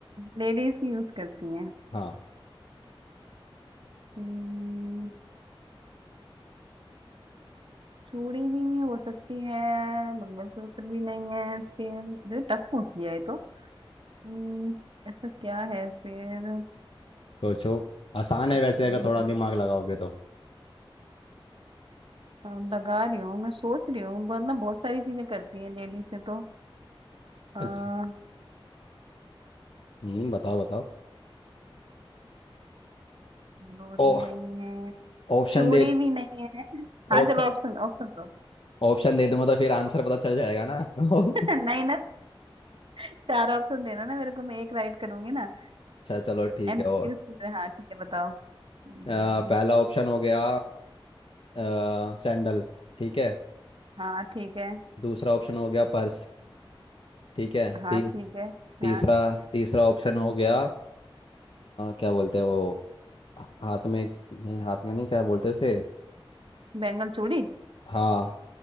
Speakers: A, on the right; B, on the left.
A: लेडीज ही यूज करती हैं
B: हाँ
A: हम्म, चूड़ी भी नहीं हो सकती है मंगलसूत्र भी नहीं है फिर जो टक पूछ लिया है तो हम्म, ऐसा क्या है फिर
B: सोचो आसान है
A: हम्म,
B: वैसे अगर थोड़ा दिमाग लगाओगे तो
A: हाँ, लगा रही हूँ मैं सोच रही हूँ वरना बहुत सारी चीजें करती है लेडीज से तो आ,
B: अच्छा हम्म बताओ बताओ
A: दूध
B: ओ
A: भी नहीं है
B: ऑप्शन
A: चूड़ी
B: दे
A: भी नहीं है हाँ
B: ऑप्शन
A: चलो ऑप्शन ऑप्शन तो
B: ऑप्शन दे दूंगा तो फिर आंसर पता चल जाएगा ना <laughs> अच्छा
A: <laughs> नहीं ना चार ऑप्शन देना ना मेरे को मैं एक राइट करूंगी ना
B: चलो ठीक
A: एमसीक्यूज
B: है और
A: की तरह। हाँ ठीक है बताओ हम्म,
B: अ, पहला ऑप्शन हो गया आ, सैंडल ठीक है
A: हाँ ठीक है
B: दूसरा ऑप्शन हो गया पर्स ठीक है
A: हाँ
B: ती,
A: ठीक है
B: तीसरा
A: हाँ
B: तीसरा ऑप्शन हो गया आ, क्या बोलते हैं वो हाथ में नहीं हाथ में नहीं क्या बोलते हैं उसे
A: बेंगल चूड़ी
B: हाँ